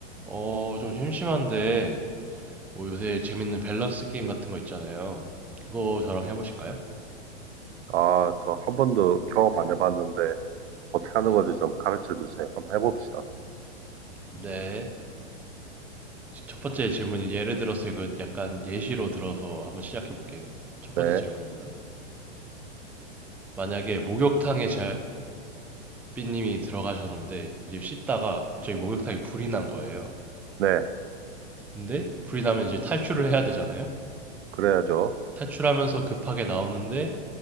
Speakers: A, in the centre; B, on the right.
A: 어, 좀 심심한데, 뭐 요새 재밌는 밸런스 게임 같은 거 있잖아요. 그거 저랑 해보실까요?
B: 아, 저 한 번도 경험 안 해봤는데 어떻게 하는
A: 네.
B: 건지 좀 가르쳐 주세요. 한번 해봅시다.
A: 네. 첫 번째 질문이 예를 들어서 이거 약간 예시로 들어서 한번 시작해 볼게요. 첫
B: 네,
A: 번째 질문입니다. 만약에 목욕탕에 자, 삐님이 들어가셨는데, 이제 씻다가 갑자기 목욕탕에 불이 난 거예요.
B: 네,
A: 근데 불이 나면 이제 탈출을 해야 되잖아요?
B: 그래야죠.
A: 탈출하면서 급하게 나오는데,